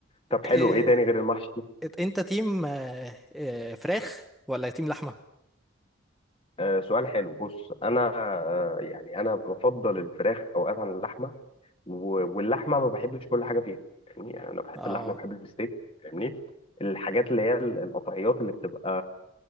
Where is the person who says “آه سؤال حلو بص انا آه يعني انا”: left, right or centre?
Left